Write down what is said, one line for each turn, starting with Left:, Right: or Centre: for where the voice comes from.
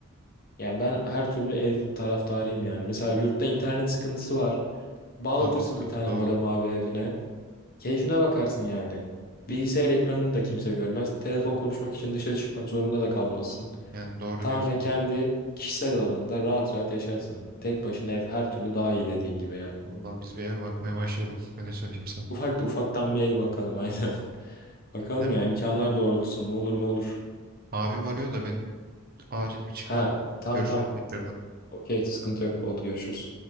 Left: Yani ben her türlü ev taraftarıyım yani mesela yurtta internet sıkıntısı var bağlatırsın
Right: O da sıkıntı
Left: bir tane
Right: doğru.
Left: modem abi evine keyfine bakarsın yani. Bilgisayar ekranını da kimse görmez telefon konuşmak için dışarı çıkmak zorunda da kalmazsın.
Right: Yani doğru
Left: Tamamen
Right: diyorsun.
Left: kendi kişisel alanında rahat rahat yaşarsın. Tek başına ev her türlü daha iyi dediğin gibi yani.
Right: Valla biz bir ev bakmaya başlayalım. <laughs> Öyle söyleyeyim sana.
Left: <laughs> Ufak da ufaktan bir el bakalım <laughs> aynen. Bakalım
Right: Benim
Left: ya imkanlar doğrultusunda olur mu olur.
Right: abim arıyor da benim acil bir çıkmam
Left: Ha
Right: lazım.
Left: tam
Right: Görüşürüz
Left: tam.
Right: tekrardan.
Left: Okey sıkıntı yok. Oldu görüşürüz.